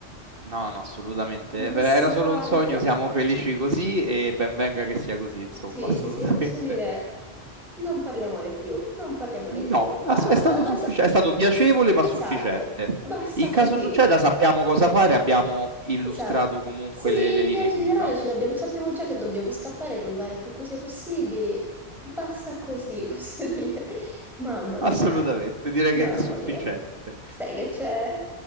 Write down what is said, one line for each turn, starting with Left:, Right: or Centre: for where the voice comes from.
Right: No, no, assolutamente.
Centre: Mi ha
Right: Eh,
Centre: messo
Right: Era
Centre: un
Right: solo
Centre: po' ansia.
Right: un sogno, siamo felici così e ben venga che sia così, insomma,
Centre: Sì,
Right: <laughs> assolutamente.
Centre: sì, sì, posso dire, non parliamone più, non parliamone
Right: No,
Centre: più, basta,
Right: ass- è stato
Centre: basta.
Right: suffici- è stato piacevole
Centre: Es-
Right: ma
Centre: esatto,
Right: sufficiente.
Centre: basta
Right: In caso
Centre: così.
Right: succeda sappiamo cosa fare, abbiamo illustrato
Centre: Esatto.
Right: comunque
Centre: Sì,
Right: le, le
Centre: in
Right: linee
Centre: via generale
Right: guida. <laughs>
Centre: ce l'abbiamo, sappiamo già che dobbiamo scappare e rubare più cose possibili. Basta così, <laughs> posso dire. Mamma mia,
Right: Assolutamente, direi
Centre: mamma
Right: che è sufficiente.
Centre: mia. Sai che c'è?